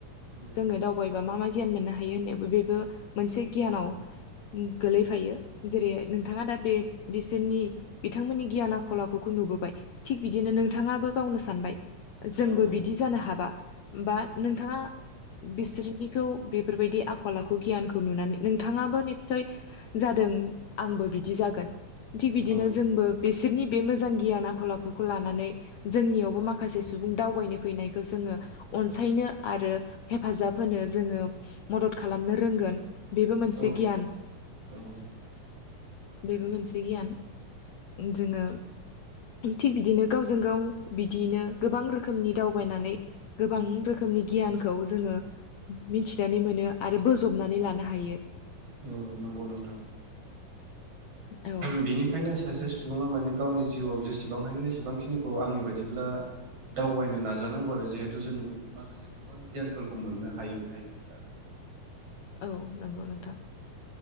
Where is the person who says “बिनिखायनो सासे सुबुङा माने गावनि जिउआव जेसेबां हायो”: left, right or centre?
Right